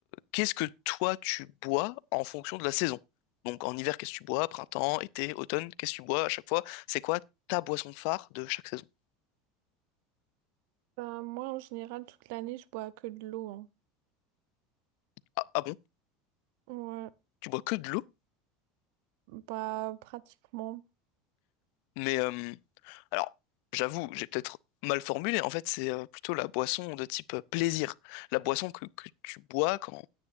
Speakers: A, on the left; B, on the right.
A: qu'est-ce que toi tu bois en fonction de la saison? Donc en hiver, qu'est-ce que tu bois? Printemps, été, automne, qu'est-ce que tu bois à chaque fois? C'est quoi ta boisson phare de chaque saison?
B: Bah, moi, en général, toute l'année, je bois que de l'eau. hein.
A: Ah, ah bon?
B: Ouais,
A: Tu bois que de l'eau?
B: bah, pratiquement.
A: Mais euh, alors, j'avoue, j'ai peut-être mal formulé. En fait, c'est euh, plutôt la boisson de type euh, plaisir. La boisson que, que tu bois quand